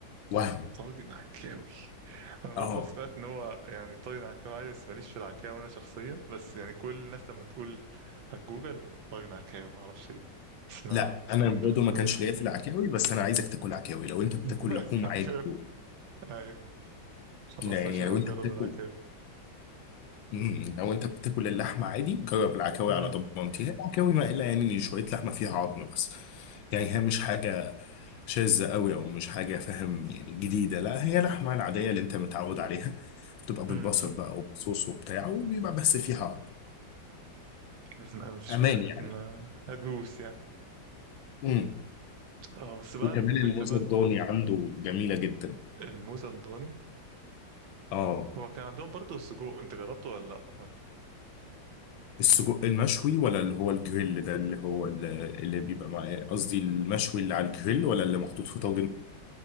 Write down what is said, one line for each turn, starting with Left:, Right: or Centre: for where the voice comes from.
Left: وهم
Right: طاجن عكاوي أنا برضو
Left: اه
Right: سمعت إن هو يعني طاجن عكاوي عادي بس ماليش في العكاوي أنا شخصيا بس يعني كل الناس لما تقول على جوجل بتقول طاجن عكاوي معرفش ليه بس أنا
Left: لا انا
Right: ب-
Left: برضه ما
Right: باشا
Left: كانش ليا في العكاوي بس انا عايزك تاكل عكاوي لو انت بتاكل
Right: <laughs>
Left: لحوم
Right: العكاوي.
Left: عادي
Right: أيوه خلاص
Left: لا
Right: ماشي
Left: يعني
Right: نبقى
Left: لو انت
Right: نجرب
Left: بتاكل
Right: العكاوي
Left: مم، لو انت بتاكل اللحمه عادي جرب العكاوي
Right: امم
Left: على ضمانتي هي العكاوي ما الا يعني شويه لحمه فيها عظم بس يعني هي مش حاجه شاذه قوي او مش حاجه فاهم يعني جديده لا هي لحمه العاديه اللي انت متعود عليها بتبقى بالبصل
Right: امم
Left: بقى وبصوص وبتاع وبيبقى بس فيها عظم
Right: <laughs> لا مفيش
Left: امان
Right: مشاكل
Left: يعني
Right: أنا هدوس يعني
Left: امم
Right: اه بس بقى
Left: وكمان
Right: الفكرة
Left: الموز
Right: بقى
Left: الضاني
Right: في ايه
Left: عنده جميله جدا
Right: الموزة الضاني
Left: اه
Right: هو كان عندهم برضو السجق انت جربته ولا لا ولا-
Left: السجق المشوي ولا اللي هو الجريل ده اللي هو اللي, اللي بيبقى مع قصدي المشوي اللي على الجريل ولا اللي محطوط في طاجن